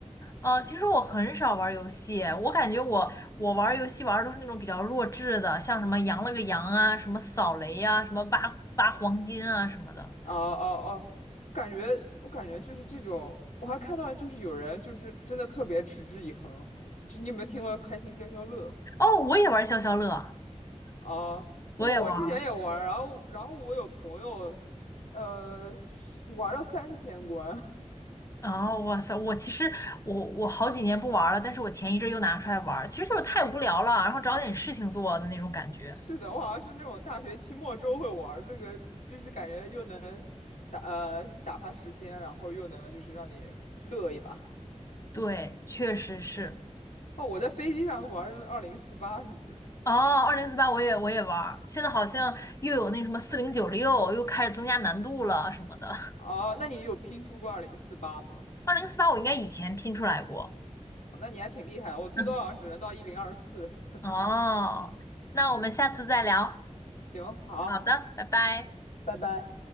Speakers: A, on the left; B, on the left.
A: 哦，其实我很少玩儿游戏，我感觉我我玩儿游戏玩的都是那种比较弱智的，像什么羊了个羊啊，什么扫雷呀、啊，什么挖挖黄金啊什么的。
B: 哦哦哦，感觉我感觉就是这种，我还看到就是有人就是真的特别持之以恒，就你有没有听过开心消消乐
A: 哦，我也玩儿消消乐，
B: 啊？我我之前也玩儿然后然后我有朋友，
A: 我也玩。
B: 呃，玩了到三千关。
A: 哦，哇塞！我其实我我好几年不玩了，但是我前一阵又拿出来玩儿，其实就是太无聊了，然后找点事情做的那种感觉。
B: 是的，我好像是那种大学期末周会玩儿这个，就是感觉又能打呃打发时间，然后又能就是让你乐一把。
A: 对，确实是。
B: 哦，我在飞机上玩儿二零四八什么的。
A: 哦，二零四八我也我也玩儿，现在好像又有那什么四零九六，又开始增加难度了什么的。
B: 哦，那你有拼出过二零四八吗？
A: 二零四八我应该以前拼出来过。
B: 那你还挺厉害，我最多好像只能到一零二四。
A: <laughs> 哦，
B: 嗯，
A: 那我们下次再聊。
B: 行，好，
A: 好的，拜拜。
B: 拜拜。